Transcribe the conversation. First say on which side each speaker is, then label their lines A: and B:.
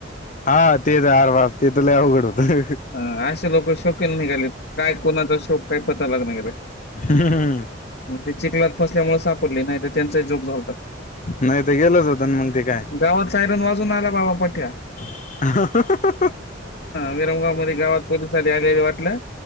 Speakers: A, on the left (about 40°); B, on the left (about 60°).
A: हा तेच हर वार ते तुला अवघड होत.
B: ह असे लोक शोकीन निघालेत काय कोणाचा शोक काय पता लागणा गेलाय.
A: हम्म
B: ते चिखलात फसल्यामुळे सापडले नाही तर त्यांचाही जोक झालता.
A: नाही तर गेलच होत ना मग ते काय
B: गावात सायरन वाजून आला बाबा पठ्या.
A: <unintelligible>
B: विरंम गावात मग गावात पोलिस आलेली वाटलं